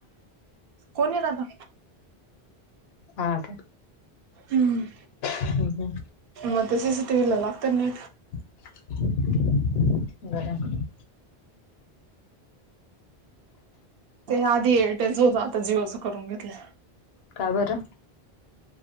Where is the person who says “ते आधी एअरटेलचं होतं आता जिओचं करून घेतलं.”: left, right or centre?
Right